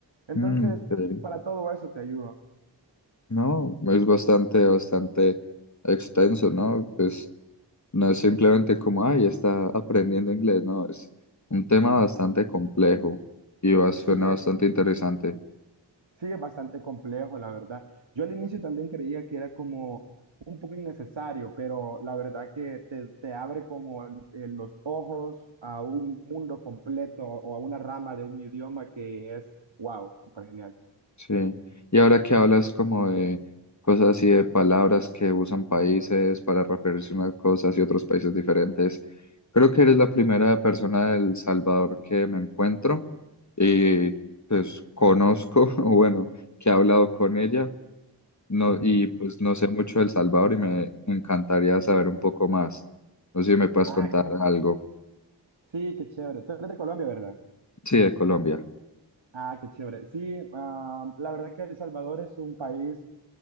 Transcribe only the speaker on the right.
Entonces,
para todo eso te ayudo.
Sí,
Sí, es bastante complejo, la verdad. Yo al inicio también creía que era como un poco innecesario, pero la verdad que te, te abre como eh, los ojos a un mundo completo o a una rama de un idioma que es, wow, súper genial.
Ujú.
Ah,
sí, qué chévere. Tú eres de Colombia, ¿verdad?
Ah, qué chévere. Sí, ah, la verdad que El Salvador es un país